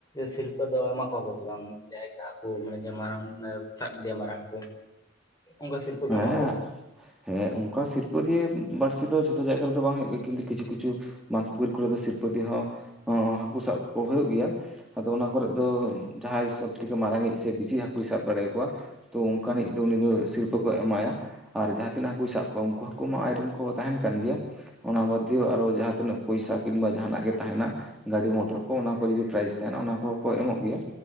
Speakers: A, on the left (about 20°); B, in the centre.
A: ᱥᱤᱨᱯᱟᱹ ᱫᱚ ᱮᱢᱟ ᱠᱚᱣᱟ ᱠᱚ ᱥᱮ ᱵᱟᱝ ᱡᱟᱭᱜᱟ ᱦᱟᱹᱠᱩ ᱢᱟᱱᱮ ᱡᱮ ᱢᱟᱨᱟᱝ ᱥᱟᱵ ᱫᱮᱭᱟ ᱢᱟᱨᱟᱝ ᱦᱟᱹᱠᱩ ᱚᱱᱠᱟ ᱥᱤᱨᱯᱟᱹ
B: ᱦᱮᱸ
A: ᱜᱮ ᱮᱢᱟ ᱠᱚᱼᱟ
B: ᱦᱮᱸ ᱚᱱᱠᱟ ᱥᱤᱨᱯᱟᱹ ᱫᱤᱭᱮ ᱵᱟᱹᱲᱥᱤ ᱫᱚ ᱡᱚᱛᱚ ᱡᱟᱭᱜᱟ ᱨᱮᱫᱚ ᱵᱟᱝ ᱜᱮ ᱠᱤᱱᱛᱩ ᱠᱤᱪᱷᱩ ᱠᱤᱪᱷᱩ ᱵᱟᱸᱫᱷ ᱯᱩᱠᱷᱨᱤ ᱠᱚᱨᱮ ᱫᱚ ᱥᱤᱨᱯᱟᱹ ᱫᱤᱭᱮ ᱦᱚᱸ ᱚᱸ ᱦᱟᱹᱠᱩ ᱥᱟᱵ ᱠᱚ ᱦᱩᱭᱩᱜ ᱜᱮᱭᱟ ᱟᱫᱚ ᱚᱱᱟ ᱠᱚᱨᱮ ᱫᱚ ᱡᱟᱦᱟᱸ ᱦᱤᱥᱟᱹᱵ ᱛᱮᱠᱚ ᱢᱟᱨᱟᱝ ᱤᱡ ᱥᱮ ᱵᱤᱥᱤ ᱦᱟᱹᱠᱩᱭ ᱥᱟᱵ ᱫᱟᱲᱮᱭᱟᱠᱚᱣᱟ ᱛᱚ ᱚᱱᱠᱟᱱᱤᱡ ᱫᱚ ᱩᱱᱤ ᱫᱚ ᱥᱤᱨᱯᱟᱹ ᱠᱚ ᱮᱢᱟᱭᱟ ᱾ ᱟᱨ ᱡᱟᱦᱟᱸ ᱛᱤᱱᱟᱹᱜ ᱦᱠᱩᱭ ᱥᱟᱵ ᱠᱚᱣᱟ ᱩᱱᱠᱩ ᱦᱟᱹᱠᱩ ᱢᱟ ᱟᱡᱨᱮᱱ ᱠᱚ ᱛᱟᱦᱮᱱ ᱠᱟᱱ ᱜᱮᱭᱟ ᱚᱱᱟ ᱵᱟᱫ ᱫᱤᱭᱮ ᱟᱨᱚ ᱡᱟᱦᱟᱸᱛᱤᱱᱟᱹᱜ ᱯᱚᱭᱥᱟ ᱠᱤᱵᱟ ᱡᱟᱦᱱᱟᱜ ᱜᱮ ᱛᱟᱦᱮᱱᱟ ᱜᱟᱹᱰᱤ ᱢᱚᱴᱚᱨ ᱠᱚ ᱚᱱᱟ ᱠᱚ ᱡᱩᱫᱤ ᱯᱨᱟᱭᱤᱡᱽ ᱛᱟᱦᱮᱱᱟ ᱚᱱᱟ ᱠᱚᱦᱚᱸ ᱠᱚ ᱮᱢᱚᱜ ᱜᱮᱭᱟ